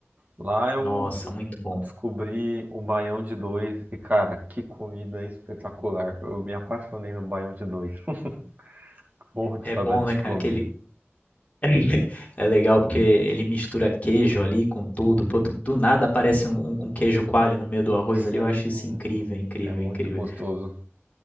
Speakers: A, on the right; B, on the left.
A: Lá eu
B: Nossa, muito bom.
A: descobri o baião de dois e, cara, que comida espetacular. Eu me apaixonei no baião de dois. <laughs> Morro de
B: É
A: saudade
B: bom, né,
A: de
B: cara?
A: comer.
B: Aquele. <laughs> É legal porque ele mistura queijo ali com tudo. Pô, tu- do nada aparece um, um- um queijo coalho no meio do arroz
A: Sim,
B: ali. Eu acho isso incrível, incrível,
A: é muito
B: incrível.
A: gostoso.